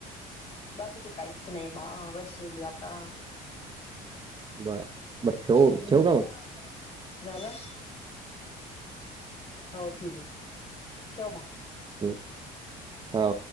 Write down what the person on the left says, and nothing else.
बाकी तर काहीच नाही बा बसली आता
हम्म
झालं हो ठीक आहे ठेव मग